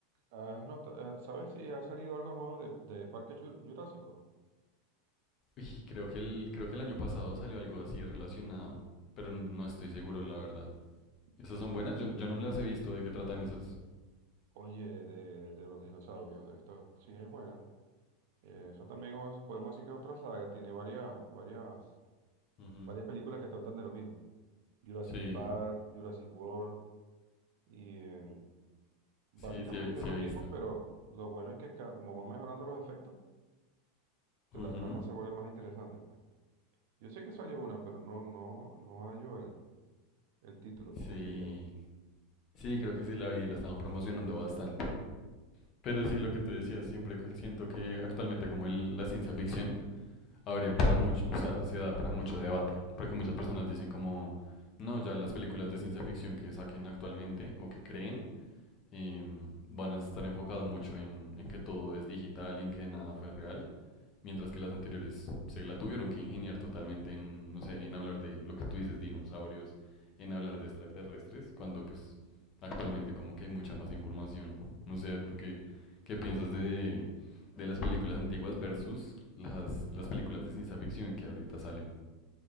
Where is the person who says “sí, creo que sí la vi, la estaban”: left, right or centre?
Left